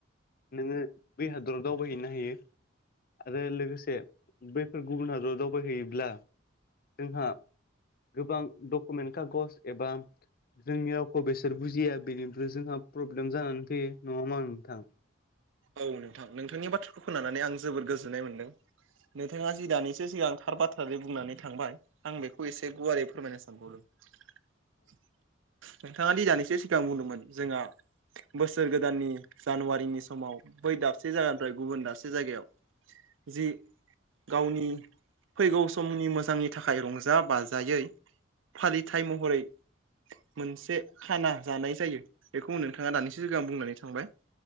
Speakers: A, on the left (about 50°); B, on the right (about 75°).
A: नोङो बै हादराव दावबायहैनो हायो। आरो लोगोसे बैफोर गुबुन हादराव दावबायहैयोब्ला जोंहा गोबां डकमेन्ट कागज एबा जोंनि रावखौ बेसोर बुजिया बेदिनोथ' जोंहा प्रब्लेम जानानै फैयो नङा मा नोंथां?
B: औ नोंथां नोंथांनि बाथ्राखौ खोनानानै आं जोबोर गोजोननाय मोनदों। नोंथाङा जि दानिसो सिगां थार बाथ्रादे बुंनानै थांबाय आं बेखौ एसे गुवारै फोरमायनो सानबावदों। नोंथाङादि दानिसो सिगां बुंदोंमोन जोंहा बोसोर गोदाननि जानुवारिनि समाव बै दाबसे जायगानिफ्राय गुबुन दाबसे जायगायाव जि गावनि
A: औ
B: फैगौ समनि मोजांनि नि थाखाय रंजा बाजायै फालिथाय महरै मोनसे खाना जानाय जायो बेखौ नोंथाङा दानिसो सिगां आं बुंनानै थांबाय।